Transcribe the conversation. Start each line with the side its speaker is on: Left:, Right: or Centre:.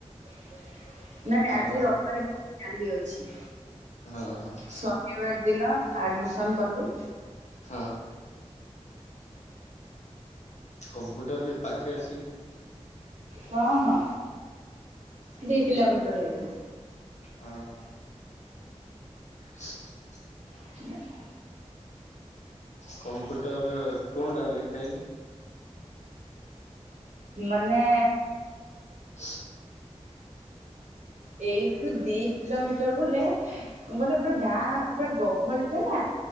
Right: <inaudible> ନା ନା
Left: ହଁ
Right: ଆଜି
Left: ହଁ
Right: ରବାରେ କାଲି ଅଛି
Left: ହଁ ହଁ
Right: ଶନିବାର ଦିନ ଆଡ଼ମିସନ୍ କଲି।
Left: ହଁ। କମ୍ପ୍ୟୁଟର ବି ପାଖେ ଆସିକି
Right: ହଁ ହଁ ଦି କିଲୋମିଟର ଏଇଠୁ।
Left: ହଁ ହଁ। <inaudible>
Right: <inaudible>
Left: କମ୍ପ୍ୟୁଟର କଉଟା ଲେଖାଇଲେ?
Right: ମାନେ
Left: <inaudible>
Right: ଏଇଠୁ ଦି କିଲୋମିଟର ବୋଲେ କଣ କହିଲ ପୁରା ଗାଁ ପୁରା ଗହଳି ଟା ନା।